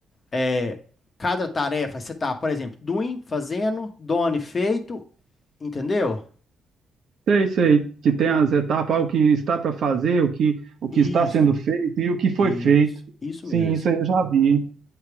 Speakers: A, on the left; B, on the right.
A: é, cada tarefa, você tá, por exemplo, doing, fazendo, done, feito, entendeu?
B: Sei, sei, que tem as etapas, ah, o que está para fazer, o que, o que
A: Isso.
B: está sendo feito e o que foi
A: Isso,
B: feito.
A: isso
B: Sim,
A: mesmo.
B: isso aí eu já vi.